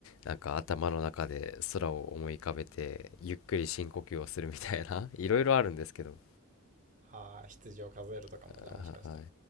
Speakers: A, on the left; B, on the right.
A: なんか頭の中で空を思い浮かべて、ゆっくり深呼吸をするみたいな <laughs>、いろいろあるんですけど。
B: ああ、羊を数えるとかもじゃあもしかしたら
A: あーはい。